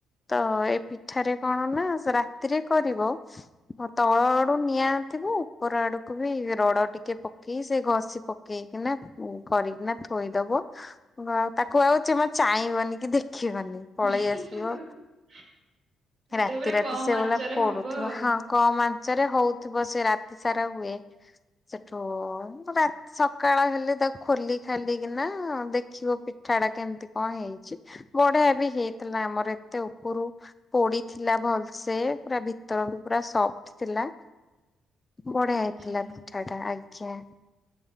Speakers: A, on the left (about 20°); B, on the right (about 55°).
A: ତ ଏ ପିଠାରେ କଣ ନା ରାତିରେ କରିବ। ତ ତଳ ଆଡୁ ନିଆଁ ଥିବ ଉପର ଆଡକୁ ବି ରଡ ଟିକେ ପକେଇ ସେ ଘଷି ପକ୍ ପକେଇ କିନା ଉଁ କରିକିନା ଥୋଇଦବ। ବ ଆଉ ତାକୁ ଆଉ ଯଥା ଚାହିଁବନି କି ଦେଖିବନି।
B: <unintelligible>
A: ପଳେଇ ଆସିବ। ରାତି
B: ସେ ପୁରା
A: ରାତି
B: କମ
A: ସେ
B: ଆଞ୍ଚରେ
A: ଭଲା ପଡୁଥିବ
B: ହବ ଆଉ।
A: ହଁ। କମ୍ ଆଞ୍ଚରେ ହଉଥିବ ସେ ରାତି ସାରା ହୁଏ ସେଠୁ ରା ସକାଳ ହେଲେ ତାକୁ ଖୋଲି ଖାଲିକିନା ଦେଖିବ ପିଠା ଟା କେମିତି କଣ ହେଇଛି। ବଢିଆ ବି ହେଇଥିଲା ଆମର ଏତେ ଉପୁରୁ। ପୋଡି ଥିଲା ଭଲସେ ପୁରା ଭିତର ବି ପୁରା ସଫ୍ଟ ଥିଲା। ବଢ଼ିଆ ହେଇଥିଲା
B: ଆଚ୍ଛା
A: ପିଠା ଟା ଆଜ୍ଞା।